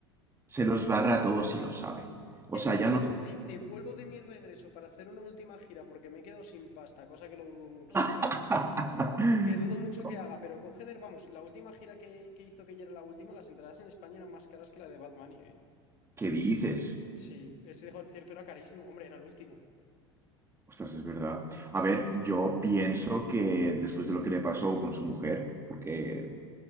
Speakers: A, on the right (about 20°); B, on the left (about 50°).
A: se los barra a todos y lo sabe. O
B: Ese
A: sea,
B: tío
A: ya no...
B: dice, vuelvo de mi regreso para hacer una última gira porque me he quedado sin pasta, cosa que lo dudo mucho que
A: <laughs>
B: haga. que dudo mucho que haga, pero coge vamos, la última gira que, que hizo que ya era la última, las entradas en España eran más caras que la de Batman, ¿eh?
A: ¿Qué dices?
B: Sí, ese concierto era carísimo, hombre, era el último.
A: Ostras, es verdad. A ver, yo pienso que después de lo que le pasó con su mujer, porque